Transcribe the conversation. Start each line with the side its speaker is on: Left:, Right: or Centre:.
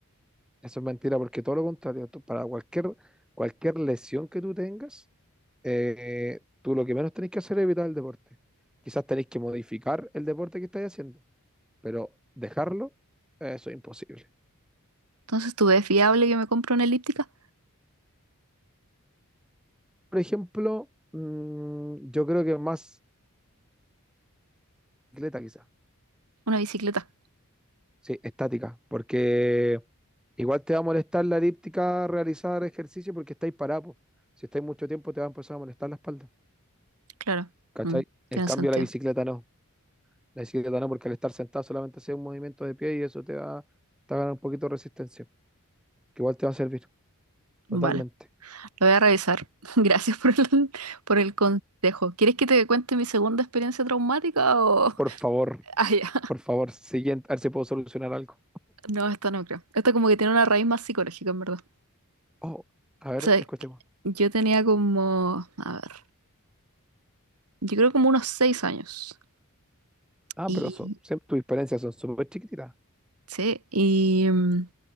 Centre: Eso es mentira porque todo lo contrario, tú- para cualquier, cualquier lesión que tú tengas, eh, tú lo que menos tenés que hacer es evitar el deporte. Quizás tenés que modificar el deporte que estás haciendo, pero dejarlo, eh, eso es imposible.
Right: Entonces, ¿tú ves fiable que me compre una elíptica?
Centre: por ejemplo, mm, yo creo que más bicicleta quizás.
Right: Una bicicleta.
Centre: Sí, estática, porque igual te va a molestar la elíptica realizar ejercicio porque estáis parados. Si estáis mucho tiempo te va a empezar a molestar la espalda.
Right: Claro.
Centre: ¿Cachai?
Right: Mm, tiene
Centre: En cambio
Right: sentido.
Centre: la bicicleta no. La bicicleta no, porque al estar sentado solamente haces un movimiento de pie y eso te va, te va a ganar un poquito de resistencia, que igual te va a servir
Right: Vale,
Centre: totalmente.
Right: lo voy a revisar. <laughs> Gracias por el, por el consejo. ¿Quieres que te cuente mi segunda experiencia traumática o...? <laughs>
Centre: Por favor,
Right: Ah, ya.
Centre: por favor, siguiente, a ver si puedo solucionar algo.
Right: No, esta no creo. Esta como que tiene una raíz más psicológica, en verdad.
Centre: Oh, a ver,
Right: O sea,
Centre: escuchemos.
Right: que yo tenía como... A ver. Yo creo como unos seis años.
Centre: Ah,
Right: Y...
Centre: pero son, siempre- tus experiencias son súper chiquititas.
Right: Sí, y... mm,